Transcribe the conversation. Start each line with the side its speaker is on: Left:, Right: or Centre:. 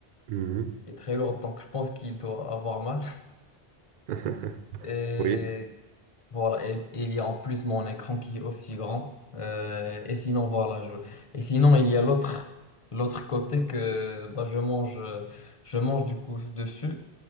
Right: Mhm.
Left: Qui est très lourde. Donc, je pense qu'il doit avoir mal.
Right: <laughs>
Left: Et
Right: Oui.
Left: Voilà, et, et il y a en plus mon écran qui est aussi grand. Euh, et sinon, voilà, je... Et sinon, il y a l'autre, l'autre côté que bah, je mange, euh, je mange du coup dessus.